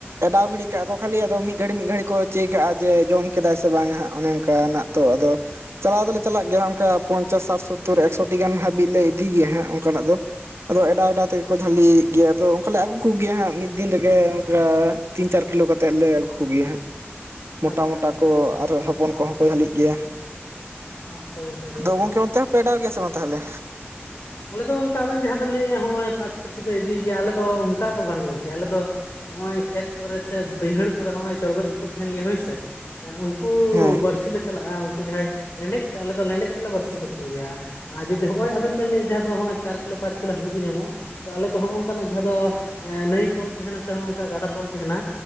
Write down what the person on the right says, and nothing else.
ᱟᱰᱟᱣ ᱜᱤᱲᱤ ᱠᱟᱜᱼᱟ ᱠᱚ ᱠᱷᱟᱹᱞᱤ ᱟᱫᱚ ᱢᱤᱫ ᱜᱷᱟᱹᱲᱤ ᱢᱤᱫ ᱜᱷᱟᱹᱲᱤ ᱠᱚ ᱪᱮᱠᱟᱜᱼᱟ ᱡᱮ ᱡᱚᱢ ᱠᱮᱣᱟᱭ ᱥᱮ ᱵᱟᱝ ᱦᱟᱸᱜ ᱚᱱᱮ ᱚᱱᱠᱟ ᱱᱟᱜᱼᱼ ᱛᱚ ᱟᱫᱚᱼᱼ ᱪᱟᱞᱟᱣ ᱫᱚᱞᱮ ᱪᱟᱞᱟᱜ ᱜᱮᱭᱟ ᱚᱝᱠᱟ ᱯᱚᱧᱪᱟᱥ ᱥᱟᱴ ᱥᱳᱛᱛᱳᱨ ᱮᱠᱥᱚᱴᱤ ᱜᱟᱱ ᱦᱟᱹᱵᱤᱡ ᱞᱮ ᱤᱫᱤ ᱜᱮᱭᱟ ᱦᱟᱸᱜ ᱚᱱᱠᱟᱱᱟᱜ ᱫᱚ ᱾ ᱟᱫᱚ ᱮᱰᱟᱣ ᱮᱰᱟᱜ ᱛᱮᱜᱮ ᱠᱚ ᱡᱷᱟᱹᱞᱤ ᱤᱫᱤᱜ ᱜᱮᱭᱟ ᱟᱫᱚᱼᱼ ᱠᱚᱞᱮ ᱟᱹᱜᱩ ᱠᱚᱜᱮᱭᱟ ᱦᱟᱸᱜ ᱢᱤᱫ ᱫᱤᱱ ᱨᱮᱜᱮ ᱚᱝᱠᱟ ᱛᱤᱱ ᱪᱟᱨ ᱠᱤᱞᱳ ᱠᱟᱛᱮᱫ ᱞᱮ ᱟᱹᱜᱩ ᱠᱚᱜᱮᱭᱟ ᱦᱟᱸᱜ ᱾ ᱢᱚᱴᱟ
ᱢᱚᱴᱟ
ᱠᱚ ᱟᱨ ᱦᱚᱯᱚᱱ ᱠᱚᱦᱚᱸ ᱠᱚ ᱡᱷᱟᱹᱞᱤᱜ ᱜᱮᱭᱟ᱾
ᱫᱚ
ᱜᱚᱝᱠᱮ
ᱚᱱᱛᱮ ᱦᱚᱸ ᱯᱮ ᱮᱰᱟᱣ ᱜᱮᱭᱟ ᱥᱮ ᱵᱟᱝ ᱛᱟᱦᱞᱮ?
ᱦᱮᱸ